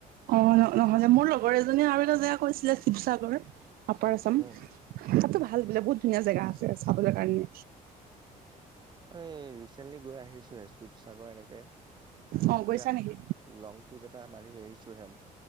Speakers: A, on the right; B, on the right.
A: অ', নহ'লে মোৰ লগৰ এজনীয়ে আৰু এটা জেগা কৈছিলে শিৱসাগৰ। আপাৰ আছাম,
B: উম
A: তাতো ভাল বোলে বহুত ধুনীয়া জেগা আছে চাবলৈ কাৰণে।
B: এই ৰিচেণ্টলি গৈ আহিছোঁহে শিৱসাগৰ এনেকৈ তিনিচুকীয়া
A: অ গৈছা নেকি?
B: লং ট্ৰিপ এটা মাৰি আহিছোঁ হে আমি।